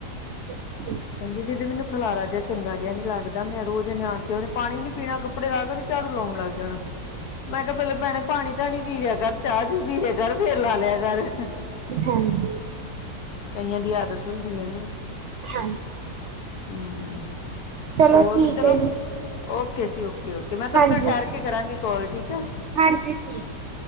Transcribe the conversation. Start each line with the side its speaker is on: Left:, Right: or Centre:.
Right: ਅੱਛਾ
Left: ਕਹਿੰਦੀ ਦੀਦੀ ਮੈਨੂੰ ਖਲਾਰਾ ਜਿਹਾ ਚੰਗਾ ਜਿਹਾ ਨੀ ਲੱਗ ਲਗਦਾ। ਮੈਂ ਰੋਜ਼ ਐਨੇ ਆਣਕੇ ਉਹਨੇ ਪਾਣੀ ਵੀ ਨੀ ਪੀਣਾ, ਕੱਪੜੇ ਲਾ ਕੇ ੳਹਨੇ ਝਾੜੂ ਲਾਉਣ ਲੱਗ ਜਾਣਾ। ਮੈਂ
Right: ਅੱਛਾ।
Left: ਕਿਹਾ ਪਹਿਲਾ ਭੈਣੇ ਪਾਣੀ-ਧਾਣੀ ਪੀ ਲਿਆ ਕਰ, ਚਾਹ-ਚੂ ਪੀ ਲਿਆ ਕਰ ਫੇਰ ਲਾ ਲਿਆ ਕਰ।
Right: ਹਾਂਜੀ।
Left: ਕਈਆਂ ਦੀ ਆਦਤ ਹੁੰਦੀ ਹੈ ਨ।
Right: ਹਾਂਜੀ
Left: ਹੰਮ੍ਰਮ
Right: ਚਲੋ
Left: ਹੋਰ,
Right: ਠੀਕ
Left: ਚਲੋ
Right: ਹੈ ਜੀ,
Left: ਓਕੇ ਜੀ ਓਕੇ। ਓਕੇ-ਓਕੇ। ਮੈਂ ਤੁਹਾਨੂੰ
Right: ਹਾਂਜੀ,
Left: ਫਿਰ ਠੈਰ ਕੇ ਕਰਾਂਗੀ ਕਾਲ ਠੀਕ ਹੈ।
Right: ਹਾਂਜੀ ਠੀਕ,